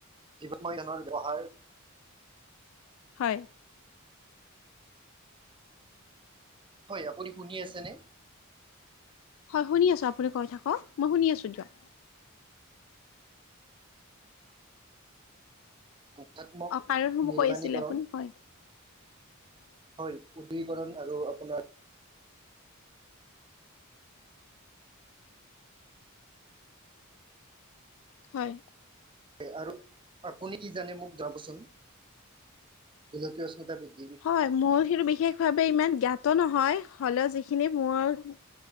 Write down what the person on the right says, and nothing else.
জীৱন মৈদানৰ ব্যৱহাৰ-
হয়, আপুনি শুনি আছেনে?
হঠাৎ ষাত্মক
নিৰ্মাণীকৰণ।
হয়, উদিক ৰণ আৰু আপোনাৰ-
হয়, আৰু আপুনি কি জানে মোক যাবচোন? গোলকীয় উষ্ণতা বৃদ্ধি